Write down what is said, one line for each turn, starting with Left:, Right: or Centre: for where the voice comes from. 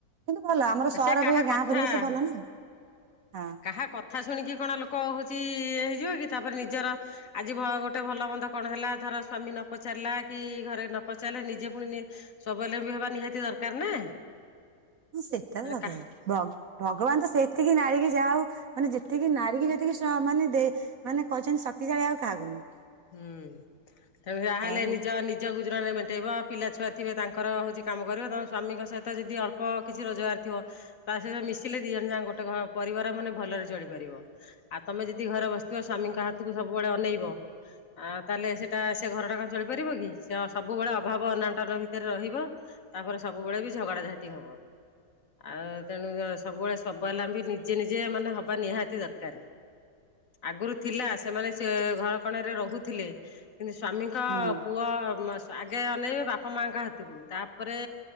Right: କିନ୍ତୁ ଭଲ ଆମର ସହର
Left: ସେ କାହା
Right: ପରି ଗାଁ
Left: କଥା
Right: ପରିବେଶ ଭଲ
Left: ହଁ
Right: ନା ହଁ।
Left: କାହା କଥା ଶୁଣିକି କଣ ଲୋକ ହେଉଛି ଇଏ ହେଇଯିବ କି ତାପରେ ନିଜର ଆଜି ଭ ଗୋଟେ ଭଲ ମନ୍ଦ କଣ ହେଲା ଧର ସ୍ଵାମୀ ନ ପଚାରିଲା କି ଘରେ ନ ପଚାରିଲେ ନିଜେ ପୁଣି ନି ସ୍ୱାବଲମ୍ବୀ ହେବା ନିହାତି ଦରକାର ନା।
Right: ହଁ ସେଟା
Left: ହଁ
Right: କଥା ଭ-ଭଗବାନ ତ ସେ ତିକି ନାରୀ କି ଯାହା ହଉ ମାନେ ଯେତିକି ନାରୀ କି ଯେତିକି ସ ମାନେ ଦେ ମାନେ କହିଛନ୍ତି ଶକ୍ତିଶାଳୀ ଆଉ କାହାକୁ ନୁହଁ।
Left: ହୁଁ ତ ଯାହାହେଲେ
Right: ଆଉ
Left: ନିଜ
Right: ଏ
Left: ନି ନିଜ ଗୁଜୁରାଣ ମେଣ୍ଟେଇବ ପିଲା ଛୁଆ ଥିବେ ତାଙ୍କର ହଉଛି କାମ କରିବ ତମ ସ୍ୱାମୀଙ୍କ ସହିତ ଯଦି ଅଳ୍ପ କିଛି ରୋଜଗାର ଥିବ। ତା ସହିତ ମିଶିଲେ ଦି ଜାଣ ଯାକ ଗୋଟେ ଘ ପରିବାର ମାନେ ଭଲରେ ଚଳି ପାରିବ। ଆଉ ତମେ ଯଦି ଘରେ ବସିଥିବ ସ୍ୱାମୀଙ୍କ ହାତକୁ ସବୁବେଳେ ଅନେଇବ। ଆଉ ତାହେଲେ ସେଇଟା ସେ ଘର ଟା କଣ ଚଳିପାରିବ କି ସେ ସବୁବେଳେ ଅଭାବ ଅନାଟନ ଭିତରେ ରହିବ। ତାପରେ ସବୁବେଳେ ବି ଝଗଡା ଝାଟି ହବ। ଆଉ ତେଣୁ ଅ ସବୁବେଳେ ସ୍ବାବଲମ୍ବି ନିଜେ ନିଜେ ମାନେ ହବା ନିହାତି ଦରକାର୍। ଆଗୁରୁ ଥିଲା ସେମାନେ ସେ ଘର କଣରେ ରହୁଥିଲେ କିନ୍ତୁ ସ୍ଵାମୀଙ୍କ
Right: ହୁଁ
Left: ପୁଅ ମ ଆଗେ ଅନେଇବେ ବାପା ମାଆଙ୍କ ହାତକୁ ତାପରେ